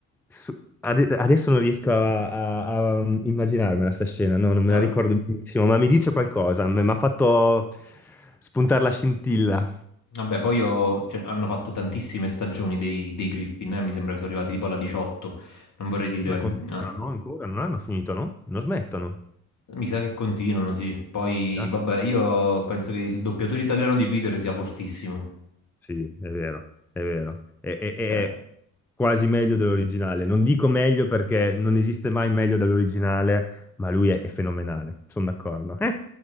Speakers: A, in the centre; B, on the left.
A: su- ade- adesso non riesco a, a- a immaginarmela sta scena, no, non me
B: No,
A: la ricordo benissimo, ma mi dice qualcosa, mi mi ha fatto spuntare la scintilla.
B: Vabbè, poi ho- cioè, hanno fatto tantissime stagioni dei, dei Griffin, eh, Mi sembra che sono arrivati tipo alla 18, non vorrei dire,
A: Ma continuano,
B: eh,
A: no? Ancora? Non hanno finito, no? Non smettono.
B: mi sa che continuano, sì. Poi,
A: Ah,
B: vabbè, io penso che il doppiatore italiano di Peter sia fortissimo.
A: sì, è vero, è vero. È, è- è
B: Cioè,
A: quasi meglio dell'originale. Non dico meglio perché non esiste mai meglio dell'originale, ma lui è, è fenomenale, sono d'accordo. <laughs>